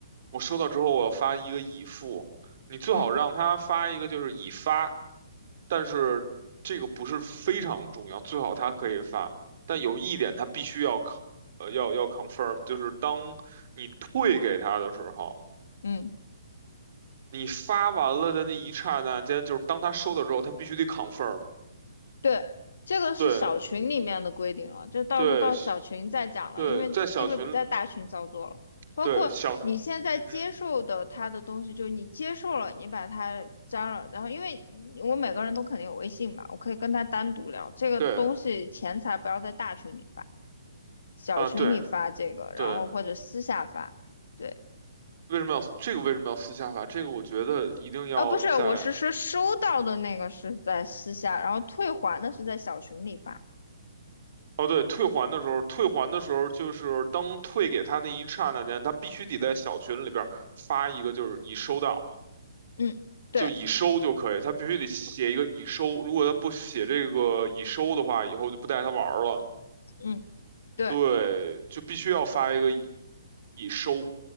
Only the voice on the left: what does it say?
嗯
嗯。
对，这个是小群里面的规定了，
就到时候到小群再讲了，
因为因为不在大群操作了。
包括你现在接受的他的东西，
就是你接受了，你把他加了，然后因为我每个人都肯定有微信嘛，我可以跟他单独聊这个东西，
钱财不要在大群里发，小群里发这个，
然后或者私下发。对，
啊，不是，我是说收到的那个是在私下，然后退还的是在小群里发。
嗯，对，
嗯，对。